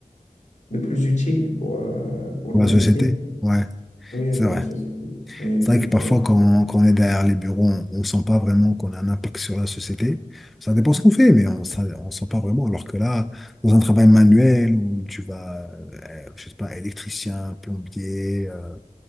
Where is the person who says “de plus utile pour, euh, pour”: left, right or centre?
Left